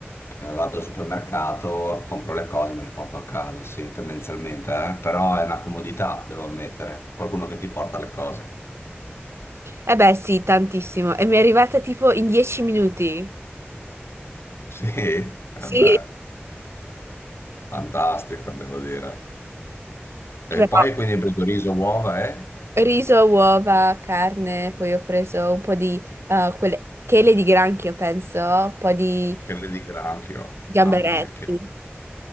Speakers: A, on the left; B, on the right.
A: Eh, Vado al supermercato, compro le cose, me le porto a casa, sì, tendenzialmente, eh, Però è una comodità, devo ammettere. Qualcuno che ti porta le cose.
B: Eh beh sì, tantissimo. E mi è arrivata tipo in dieci minuti.
A: <laughs> Sì, vabbè.
B: Sì,
A: Fantastico, devo dire.
B: però
A: E poi quindi hai preso riso, uova e
B: riso, uova, carne, poi ho preso un po' di eh, quelle chele di granchio, penso, un po' di
A: quelle di granchio.
B: gamberetti.
A: Mamma mia, che...